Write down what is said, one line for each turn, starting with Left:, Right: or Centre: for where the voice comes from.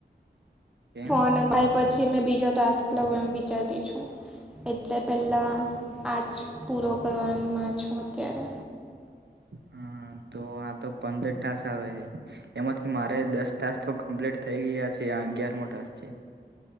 Right: કેમ
Centre: ફોન અપાય પછી મેં બીજો ટાસ્ક લેવું એમ વિચારતી છું એટલે પહેલાં આ જ પૂરો કરવામાં છું અત્યારે
Right: હા તો આ તો પંદર ટાસ્ક આવે એમાંથી મારે દસ દસ તો કમ્પ્લીટ થઈ ગયા છે આ અગિયાર મો ટાસ્ક છે